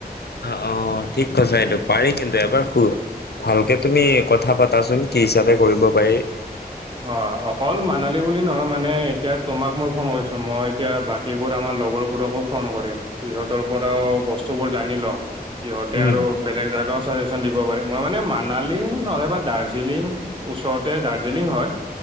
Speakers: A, on the left; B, on the right.
A: অ', অ', ঠিক কৈছা এইটো পাৰি কিন্তু, এবাৰ শু ভালকে তুমি কথা পাতাচোন কি হিচাপে কৰিব পাৰি।
B: অ', অকল মানালী বুলি নহয় মানে এতিয়া তোমাক মই ফোন কৰিছো মই এতিয়া বাকীবোৰ আমাৰ লগৰবোৰকো ফোন কৰিম। সিহঁতৰ পৰাও বস্তুবোৰ জানি লম। সিহঁতে
A: উম,
B: আৰু বেলেগ জাগা ছাজেশ্যন দিব পাৰে। মই মানে মানালী নহলে বা দাৰ্জিলিং, ওচৰতে দাৰ্জিলিং হয়।